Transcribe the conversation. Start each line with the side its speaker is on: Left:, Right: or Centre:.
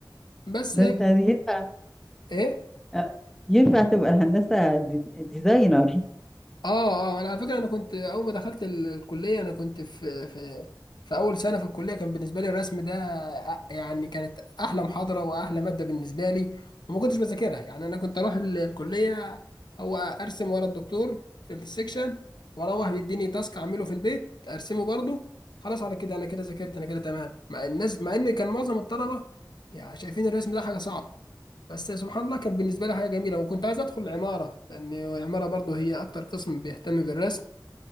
Left: بس
Centre: ده انت ينفع
Left: ايه
Centre: آه، ينفع تبقى الهندسة دي- ديزاينر
Left: اه اه انا على فكره انا كنت اول ما دخلت ال- الكليه انا كنت في في في اول سنه في الكليه كان بالنسبه لي الرسم ده أ- يعني كانت احلى محاضره واحلى ماده بالنسبه لي وما كنتش بذاكرها يعني انا كنت اروح ال- الكليه او ارسم ورا الدكتور في السكشن واروح بيديني تاسك اعمله في البيت ارسمه برضه خلاص على كده انا كده ذاكرت انا كده تمام مع الناس مع ان كان معظم الطلبه يعني شايفين الرسم ده حاجه صعبه بس سبحان الله كانت بالنسبة لي حاجة جميلة وكنت عايز أدخل العمارة لأن العمارة برضو هي أكتر قسم بيهتم بالرسم